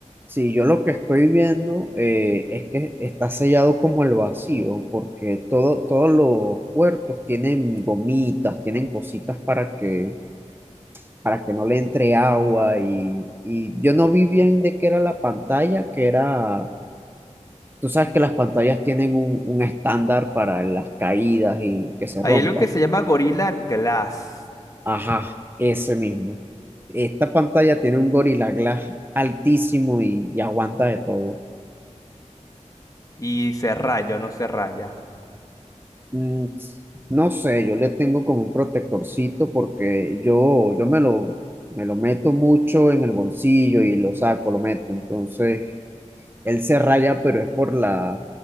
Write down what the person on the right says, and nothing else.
sí, yo lo que estoy viendo eh, es que está sellado como al vacío, porque todo, todos los puertos tienen gomitas, tienen cositas para que para que no le entre agua y, y yo no vi bien de qué era la pantalla, que era, tú sabes que las pantallas tienen un, un estándar para las caídas y que se
rompa.
Ajá, ese mismo. Esta pantalla tiene un Gorilla Glass altísimo y, y aguanta de todo.
Mm, no sé, yo le tengo como un protectorcito porque yo, yo me lo, me lo meto mucho en el bolsillo y lo saco, lo meto. Entonces... él se raya, pero es por la,